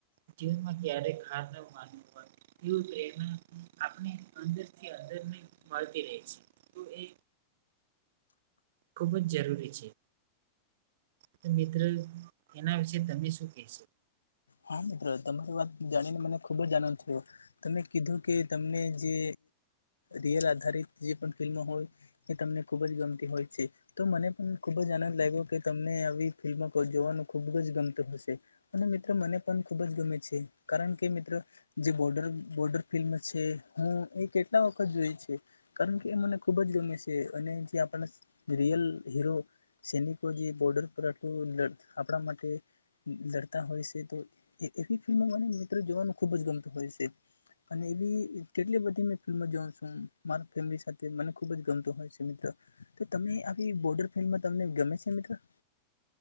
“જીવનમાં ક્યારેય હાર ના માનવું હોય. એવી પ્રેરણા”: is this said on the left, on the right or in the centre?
Right